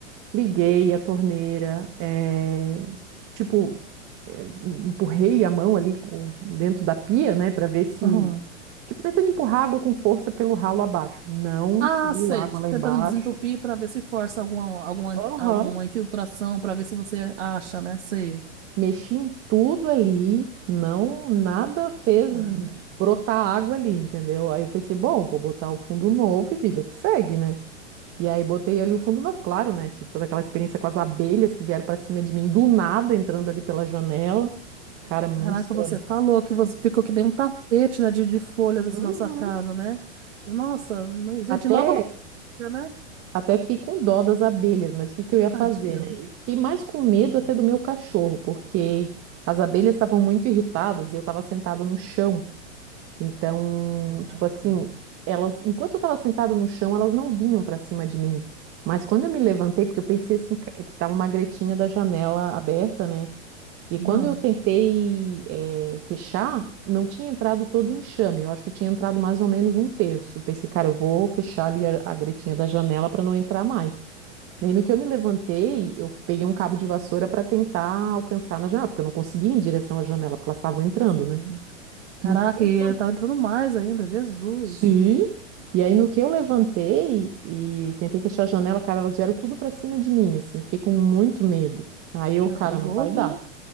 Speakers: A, on the right (about 35°); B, on the right (about 70°).
A: Liguei a torneira, eh, tipo, eh, empurrei a mão ali com- dentro da pia, né, para ver se.
B: Aham.
A: Tipo, tentando empurrar água com força pelo ralo abaixo. Não
B: Ah,
A: saiu
B: sei,
A: água
B: tipo,
A: lá
B: tentando
A: embaixo.
B: desentupir para ver se força alguma, alguma,
A: Aham.
B: alguma infiltração, para ver se você acha, né? Sei.
A: Mexi em tudo ali, não, nada fez
B: Ah,
A: brotar água ali, entendeu? Aí eu pensei, bom, vou botar o fundo novo e vida que segue, né? E aí botei ali o fundo novo, claro, né? Tive toda aquela experiência com as abelhas que vieram pra cima de mim do nada, entrando ali pela janela. Cara, muito
B: Caraca,
A: estranho.
B: você falou que você ficou que nem um tapete, né, de, de folhas assim
A: Uhum.
B: na sua casa, né? Nossa, mas, gente,
A: Até,
B: logo não fica, <laughs> né?
A: até fiquei com dó das abelhas, mas o que que eu ia fazer,
B: Tadinho.
A: né? Eu fiquei mais com medo
B: Ah,
A: até do meu cachorro, porque as abelhas estavam muito irritadas e eu estava sentada no chão. Então,
B: Caraca.
A: tipo assim, elas, enquanto eu estava sentada no chão, elas não vinham para cima de mim. Mas quando eu me levantei, porque eu pensei assim, ca- porque estava uma gretinha da janela aberta, né? E quando
B: Ah,
A: eu tentei eh, fechar, não tinha entrado todo o enxame. Eu acho que tinha entrado mais ou menos um terço. Pensei, cara, eu vou fechar ali a, a gretinha da janela para não entrar mais. Daí no que eu me levantei, eu peguei um cabo de vassoura para tentar alcançar na janela, porque eu não conseguia ir em direção à janela, porque elas estavam entrando,
B: sim.
A: né?
B: Caraca,
A: No que eu levantei.
B: e tá entrando mais ainda, Jesus.
A: Sim. E aí no que eu levantei e tentei fechar a janela, cara, elas vieram tudo para cima de mim, assim. Eu fiquei com muito medo. Aí eu,
B: Ah,
A: cara,
B: perigoso,
A: não vai dar.
B: né?